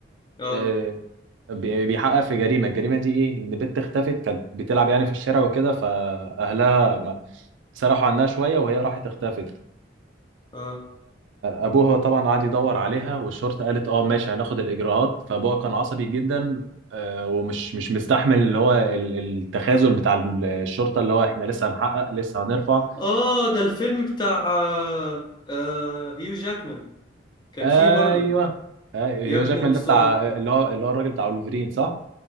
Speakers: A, on the left; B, on the right.
A: اه
B: آه، بي- بيحقق في جريمة الجريمة دي ايه ان بنت اختفت كانت بتلعب يعني في الشارع وكده فأهلها ما- سرحوا عنها شوية وهي راحت اختفت ف
A: اه
B: ابوها طبعا قعد يدور عليها والشرطه قالت اه ماشي هناخد الاجراءات فابوها كان عصبي جدا آه، ومش مش مستحمل اللي هو ال- التخاذل بتاع ال- الشرطه اللي هو احنا لسه هنحقق لسه هنرفع
A: اه ده الفيلم بتاع آه آه هيو جاكمان كان
B: ايوه
A: فيه برضه
B: ايوه
A: يا ابن
B: جاكمان
A: الأسطورة
B: ده بتاع اللي هو اللي هو الراجل بتاع ولفرين صح